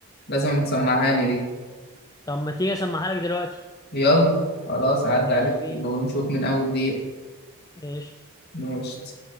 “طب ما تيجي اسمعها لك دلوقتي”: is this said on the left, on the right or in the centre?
Left